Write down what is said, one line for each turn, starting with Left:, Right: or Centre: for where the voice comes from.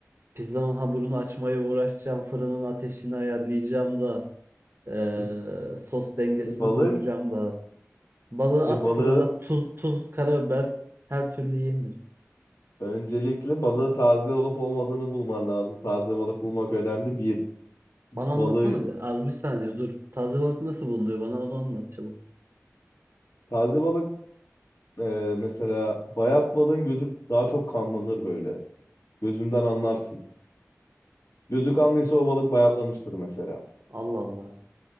Right: pizzanın hamurunu açmaya uğraşacağım. Fırının ateşini ayarlayacağım da. e,
Left: E,
Right: sos dengesini
Left: e balık.
Right: kuracağım da. Balığı
Left: E
Right: at
Left: balığı
Right: fırına tuz, tuz, karabiber her türlü yenir.
Left: öncelikle balığı taze olup olmadığını bulman lazım. Taze balık bulmak önemli. Bir
Right: Bana anlatsana
Left: balığı
Right: bir. Az bir saniye dur. Taze balık nasıl bulunuyor? Bana onu anlat çabuk.
Left: taze balık e, mesela bayat balığın gözü daha çok kanlanır böyle. Gözünden anlarsın. Gözü kanlıysa o balık bayatlamıştır mesela.
Right: Allah Allah.